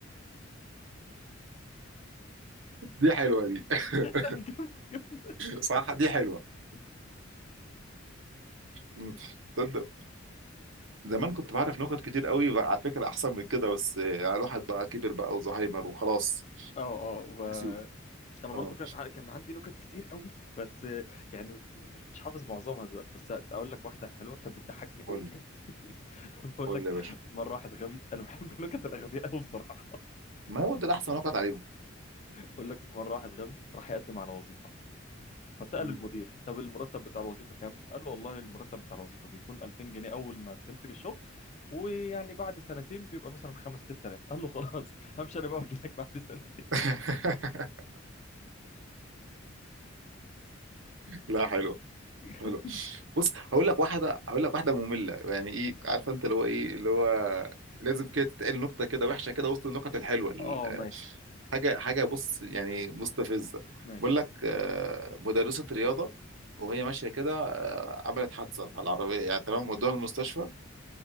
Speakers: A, on the right (about 70°); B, on the left (about 35°).
A: دي حلوه دي <laughs>
B: <laughs> لا، جامد.
A: صح دي حلوه مم. تصدق زمان كنت بعرف نكت كتير قوي بقى على فكره احسن من كده بس آه، الواحد بقى كبر بقى وزهايمر وخلاص
B: اه اه
A: نسيت
B: انا
A: اه
B: برضو كان ع- كان عندي نكت كتير قوي بس آه، يعني مش مش حافظ معظمها دلوقتي بس اقول لك واحده حلوه كانت بتضحكني
A: قول
B: قوي
A: لي
B: بجد <laughs> بقول
A: قول
B: لك
A: لي يا باشا
B: مره واحد غبي انا بحب النكت الاغبياء قوي بصراحه
A: ما هو ده الاحسن نكت عليهم
B: بقول لك مره واحد غبي راح يقدم على وظيفه فسال
A: مم.
B: المدير طب المرتب بتاع الوظيفه كام؟ قال له والله المرتب بتاع الوظيفه بيكون 2000 جنيه اول ما تمسك الشغل ويعني بعد سنتين بيبقى مثلا 5 6000 قال له خلاص همشي انا بقى واجي لك بعد سنتين
A: <laughs> لا حلو
B: <laughs>
A: حلو بص هقول لك واحده هقول لك واحده ممله يعني ايه عارفه انت اللي هو ايه اللي هو لازم كده تتقال نكته كده وحشه كده وسط النكت الحلوه ال-
B: اه
A: آه،
B: ماشي
A: حاجه حاجه بص يعني مستفزه
B: ماشي
A: بقول لك آه، مدرسه رياضه وهي ماشيه كده آه، عملت حادثه على العربيه يعني تمام ودوها المستشفى